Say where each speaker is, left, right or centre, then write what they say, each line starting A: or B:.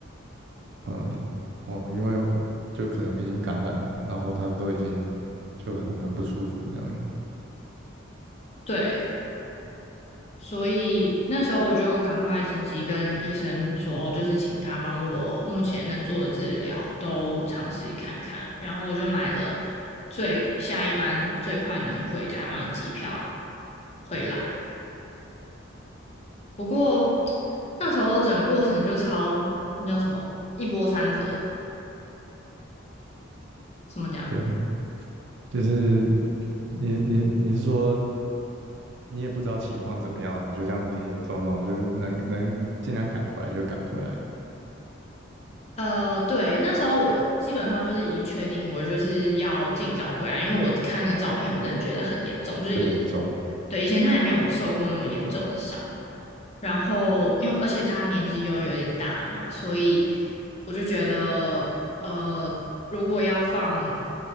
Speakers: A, on the right (about 60°); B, on the left (about 30°).
A: 嗯，哦，因为会就可能已经感染了，然后他都已经就很很不舒服这样。
B: 对。所以那时候我就赶快紧急跟医生说，哦就是请他帮我目前能做的治疗都尝试看看。然后我就买了最下一班最快能回台湾的机票回来。不过那时候整个过程就超，那叫什么一波三折，怎么讲？
A: 对，就是你你你是说你也不知道情况怎么样，你就这样跌跌撞撞，就是能能尽量赶回来就赶回来，
B: 呃，对，那时候我基本上就是已经确定，我就是要尽早回来，因为我看那个照片，我真的觉得很严重，就是以前，
A: 很严重，
B: 对，以前他也没有受过那么严重的伤，然后因为而且他年纪又有点大了嘛，所以我就觉得，呃，如果要放，